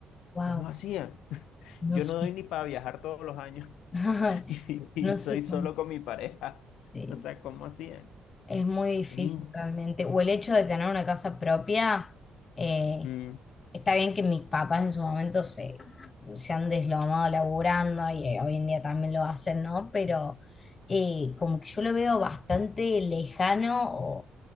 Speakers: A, on the left (about 35°); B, on the left (about 85°).
A: Wow.
B: ¿Cómo hacían? <laughs> Yo
A: No
B: no
A: sé.
B: doy ni para viajar todos los años
A: <laughs>
B: <laughs> y,
A: No
B: y soy
A: sé
B: solo
A: cómo.
B: con mi pareja.
A: Sí,
B: O sea, ¿cómo hacían?
A: es muy difícil
B: Es in-
A: realmente. O el hecho de tener una casa propia, eh,
B: mm,
A: está bien que mis papás en su momento se, se han deslomado laburando y eh, hoy en día también lo hacen, ¿no? Pero eh, como que yo lo veo bastante lejano